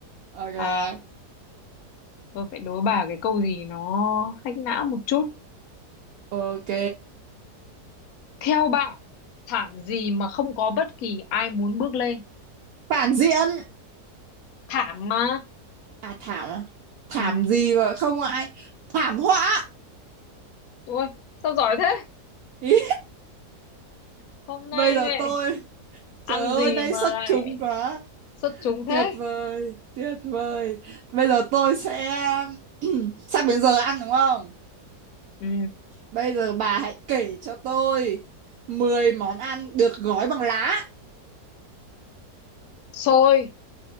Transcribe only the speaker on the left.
À tôi phải đố bà cái câu gì nó hack não một chút.
Theo bạn thảm gì mà không có bất kỳ ai muốn bước lên?
Thảm mà.
Ừ.
Ôi sao giỏi thế?
Hôm nay
này
ăn
gì
mà
lại
xuất chúng thế?
Ừ.
Xôi,